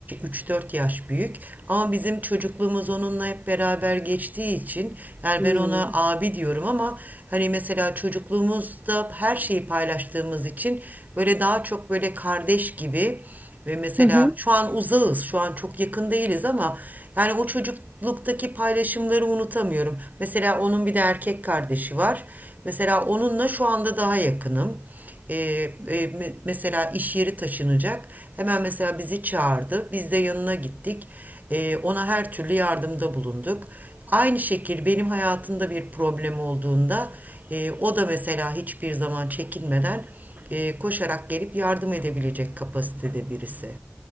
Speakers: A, on the right; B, in the centre.
A: üç dört yaş büyük. Ama bizim çocukluğumuz onunla hep beraber geçtiği için yani
B: Hmm.
A: ben ona abi diyorum ama hani mesela çocukluğumuzda her şeyi paylaştığımız için böyle daha çok böyle kardeş gibi ve mesela
B: Hı hı.
A: şu an uzağız, şu an çok yakın değiliz ama yani o çocukluktaki paylaşımları unutamıyorum. Mesela onun bir de erkek kardeşi var. Mesela onunla şu anda daha yakınım. Ee, e, mesela iş yeri taşınacak. Hemen mesela bizi çağırdı. Biz de yanına gittik. Ee, ona her türlü yardımda bulunduk. Aynı şekil benim hayatımda bir problem olduğunda e, o da mesela hiçbir zaman çekinmeden e, koşarak gelip yardım edebilecek kapasitede birisi.